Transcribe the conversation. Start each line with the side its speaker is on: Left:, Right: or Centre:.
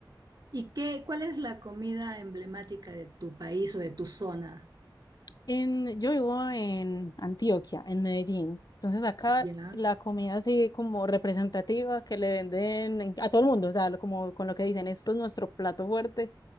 Right: ¿Y qué, cuál es la comida emblemática de tu país o de tu zona?
Left: En, yo vivo en Antioquia, en Medellín. Entonces acá
Right: Ya,
Left: la comida así como representativa que le venden en- a todo el mundo, o sea, lo- como con lo que dicen, esto es nuestro plato fuerte,